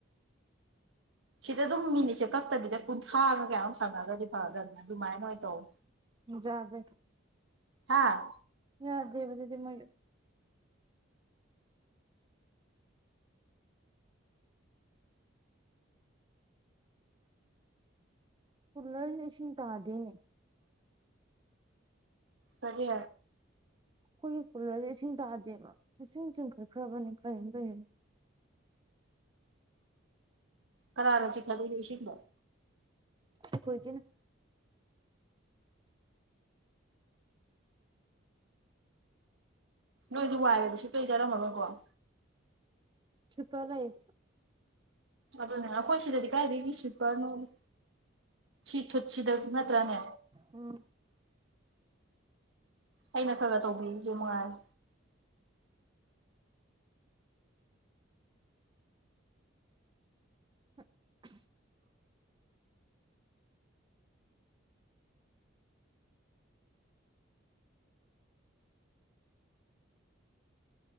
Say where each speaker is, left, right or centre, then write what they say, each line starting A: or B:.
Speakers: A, on the right; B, on the right.
A: ꯁꯤꯗ ꯑꯗꯨꯝ ꯃꯤꯅꯤꯠꯁꯦ ꯀꯛꯇꯕꯤꯗ ꯀꯨꯟꯊ꯭ꯔꯥꯒ ꯀꯌꯥꯅꫭꯝ ꯁꯥꯟꯅꯒꯔꯗꯤ ꯐꯗꯥꯝꯅꯦ ꯑꯗꯨꯃꯥꯏꯅ ꯑꯣꯏꯅ ꯇꯧ
B: ꯖꯥꯗꯦ
A: ꯍꯥꯥ
B: ꯌꯥꯗꯦꯕ ꯑꯗꯨꯗꯤ ꯃꯣꯏ ꯀꯨꯂꯔ ꯏꯁꯤꯡ ꯇꯥꯗꯦꯅꯦ
A: ꯀꯔꯤ
B: ꯈꯣꯏꯒꯤ ꯀꯨꯂꯔꯁꯦ ꯏꯁꯤꯡ ꯇꯥꯗꯦꯕ ꯏꯁꯤꯡ ꯆꯤꯡꯈꯠꯈ꯭ꯔꯥꯕꯅꯤ ꯀꯩꯝ ꯀꯩꯝ
A: ꯀꯅꯥꯅ ꯆꯤꯡꯈꯠꯂꯤꯅꫭ ꯏꯁꯤꯡꯗꫭ
B: ꯑꯈꫭꯏ ꯆꯦꯅ
A: ꯅꯣꯏꯗꫭ ꯋꯥꯏꯒꯗꫭ ꯁꯤꯠꯄꯩ ꯇꯔꯥꯝꯃꯔꫭ ꯀꫭ
B: ꯁ꯭ꯋꯤꯄꯔ ꯂꯩꯕ꯭ꯔꫭ
A: ꯑꯗꯨꯅꯦ ꯑꯈꯣꯏ ꯁꯤꯗꯗꯤ ꯀꯥꯏꯗꯒꯤ ꯁ꯭ꯋꯤꯄꯔꯅꫭꯗ ꯁꯤ ꯊꯨꯠ ꯁꯤꯗꯕꯨ ꯅꯠꯇ꯭ꯔꯥꯅꯦ
B: ꯎꯝ꯫
A: ꯑꯩꯅ ꯈꯔ ꯈꯔ ꯇꯧꯕꯤꯔꯤꯁꯦ ꯃꯉꯥꯏꯔꯦ
B: <inaudible>